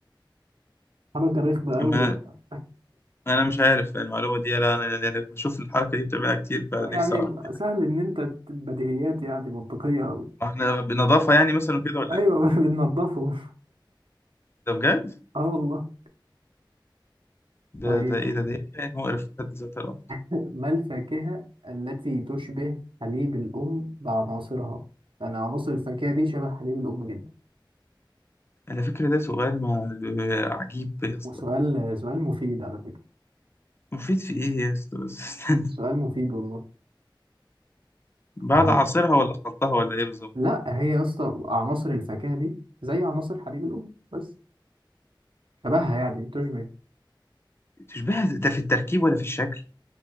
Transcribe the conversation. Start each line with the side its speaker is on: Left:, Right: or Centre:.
Right: <laughs> حركه رخمه قوي
Left: ما-
Right: بقى
Left: أنا مش عارف المعلومة دي لا أنا يعني بشوف الحركة دي بتعملها كتير فنفسي
Right: يعني
Left: أعرف دي.
Right: سهل ان انت ت- بديهيات يعني منطقيه قوي
Left: إحنا بنضافة يعني مثلا كده ولا
Right: ايوه
Left: إيه؟
Right: <laughs> بننضفه
Left: ده بجد؟
Right: اه والله
Left: ده
Right: طيب
Left: ده إيه ده ده إيه كائن مقرف في حد ذاته الأمر
Right: ما الفاكهة التي تشبه حليب الأم بعناصرها؟ يعني عناصر الفاكهة دي شبه حليب الأم جدا
Left: على فكرة ده سؤال ما عجيب يا اسطى
Right: وسؤال سؤال مفيد على فكرة
Left: مفيد في إيه يا اسطى بس استنى
Right: سؤال مفيد والله
Left: بعد
Right: ما هو
Left: عصيرها ولا خلطها ولا إيه بالظبط؟
Right: لا هي يا اسطى عناصر الفاكهة دي زي عناصر حليب الأم بس شبهها يعني تشبه
Left: تشبه ده في التركيب ولا في الشكل؟